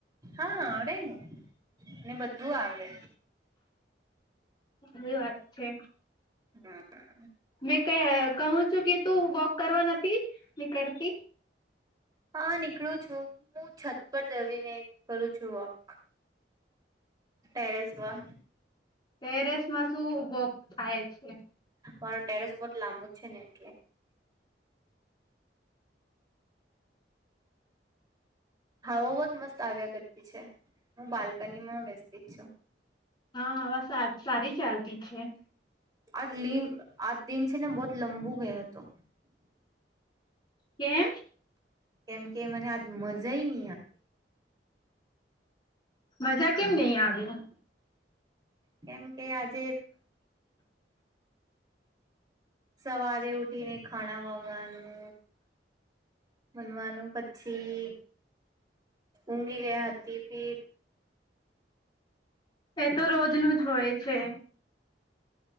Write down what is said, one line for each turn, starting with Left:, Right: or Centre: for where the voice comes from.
Right: હા, આવડે ને. મને બધું આવડે.
Left: સારી વાત છે.
Right: હમ્મ.
Left: એ કે કહું છું કે તું વોક કરવા નથી નીકળતી?
Right: હા નીકળું છું. હું છત પર જવીને કરું છું વોક ટેરેસ પર.
Left: ટેરેસમાં શું વોક થાય છે.
Right: અ ટેરેસ ઉપર લાંબુ છે ને એટલે હવા બોત મસ્ત આવ્યા કરતી છે. હું બાલ્કનીમાં બેસતી જ છું.
Left: હા હવા સા સારી ચાલતી છે.
Right: અલીમ આ દિન છે ને બહોત લંબુ ગયો તો
Left: કેમ?
Right: કેમ કે મને આજ મજા ની આ
Left: મજા કેમ નય આવ્યું?
Right: કેમ કે આજે સવારે ઉઠીને ખાણા વાગાનું બનવાનું. પછી ઊઘી ગયા હતી ફી
Left: એ તો રોજનું જ હોય છે.